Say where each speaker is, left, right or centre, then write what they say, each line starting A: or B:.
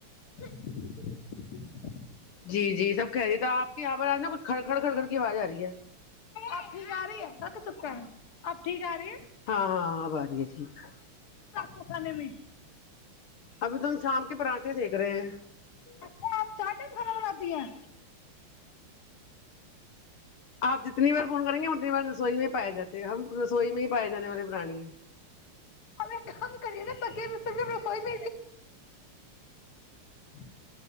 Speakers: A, on the left; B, on the left.
A: <inaudible> ج ج <inaudible>
B: جی جی یہ سب کہہ رہی تھ تو آپ کے یہاں پر آج نا کچھ کڑ کڑ کڑ کڑ کی آواز آ رہی ہے <unintelligible>
A: اب ٹھیک آ رہی ہے س چپ کر اپ ٹھیک آ رہی ہے
B: ہاں ہاں آب آ رہی ہے ٹھیک ہے
A: کوھا نم <inaudible>
B: ابھی تو ہم شام کو پراٹھے سیکک رہے ہیں
A: اچھا آپ چار ٹائم کھانا بناتی ہیں
B: آپ جتنی بار فون کریں گے اتنی بار رسوئی میں پائے جاتے ہم رسوئی میں ہی پائے جانے والے پرانی ہیں
A: اب ایک کام کریے نا تے رسوئی م <inaudible>